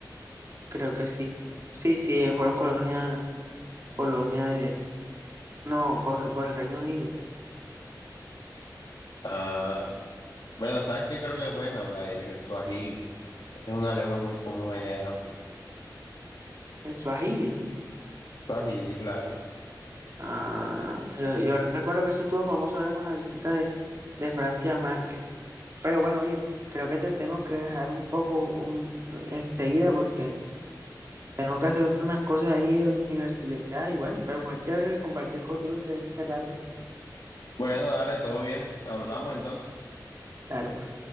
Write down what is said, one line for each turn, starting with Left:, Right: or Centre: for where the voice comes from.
Right: Creo que sí. Sí, sí, ellos fueron colonia, colonia de... No, por, por el Reino Unido.
Left: Ah, bueno, ¿sabes qué creo que pueden hablar ellos? El swahili. Esa es una lengua muy común allá en África.
Right: De Swahili.
Left: Swahili, claro.
Right: Ah, yo, yo recuerdo que eso estuvo famoso ahora con la visita de, de Francia Márquez. Pero bueno, oye, creo que te tengo que dejar un poco un, enseguida porque tengo que hacer unas cosas ahí de la universidad y bueno, pero fue chévere compartir contigo este, este rato.
Left: Bueno, dale, todo bien. Hablamos entonces.
Right: Dale, pues.